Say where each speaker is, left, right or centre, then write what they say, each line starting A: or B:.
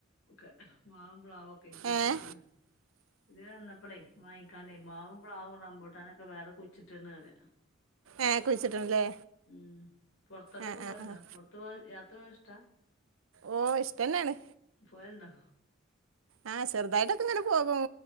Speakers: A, on the left; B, on the right.
A: ഒക്കെ. മാവും പ്ലാവൊക്കെ കുഴിച്ചിട്ട്ണ്.
B: ഏഹ്
A: ഇതിലെ വന്നപ്പെളേ വാങ്ങിക്കാണ്ടേ മാവും പ്ലാവും റംബുട്ടാനൊക്കെ വേറെ കുയിച്ചിട്ട്ണ് പറയാ.
B: ഏഹ് കുഴിച്ചിട്ടുണ്ടല്ലേ
A: ഉം. പൊറത്തോട്ടൊക്കെ
B: ആഹ്
A: പോവല്ണ്ടോ?
B: ആഹ് ആഹ്
A: പൊറത്ത് പോവാൻ യാത്ര പോവാൻ ഇഷ്ടാ?
B: ഓഹ് ഇഷ്ട്ടന്നേണ്.
A: പോവലുണ്ടോ
B: ആഹ് ചെറുതായിട്ടൊക്കെങ്ങനെ പോകും.